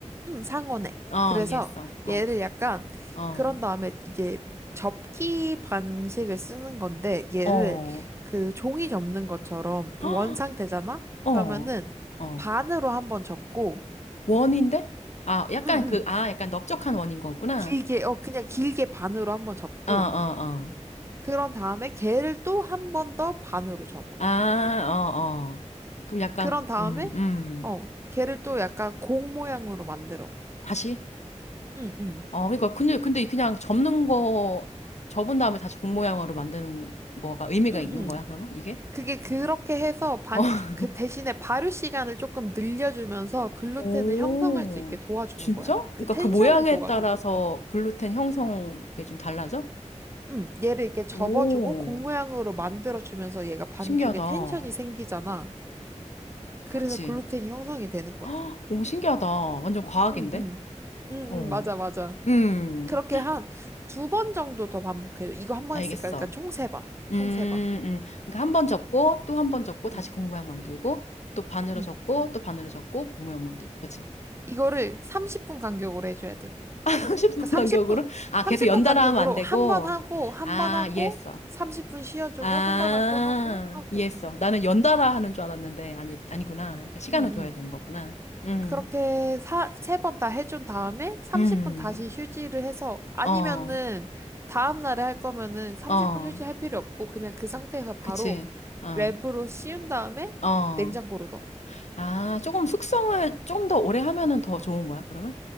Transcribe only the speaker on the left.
어,
이해했어. 어,
어,
어,
헉,
어,
어.
원인데? 아, 약간
그, 아, 약간 넓적한 원인 거구나.
어, 어, 어.
아, 어, 어. 그럼 약간,
음, 음.
다시?
어, 그러니까, 근데, 근데 그냥 접는 거, 접은 다음에 다시 공 모양으로 만드는 거가 의미가
있는 거야, 그러면? 이게?
어. <laughs>
오,
진짜?
그러니까
그 모양에
따라서 글루텐 형성 그게 좀 달라져?
오,
신기하다.
어,
그치.
헉, 오, 신기하다. 완전 과학인데?
어,
음,
알겠어.
음,
음. 그러니까 한 번 접고, 또 한 번 접고, 다시
고무 모양 만들고, 또 반으로
접고, 또 반으로 접고, 고무 모양 만들고, 그치?
<laughs> 삼십 분
간격으로? 아,
계속 연달아
하면 안 되고?
아,
이해했어.
아,
이해했어.
나는 연달아 하는 줄 알았는데, 아니, 아니구나. 약간 시간을
둬야
되는 거구나. 음,
음,
어,
어.
그치. 어,
어.
아, 조금 숙성을 좀 더 오래 하면은 더 좋은 거야, 그러면?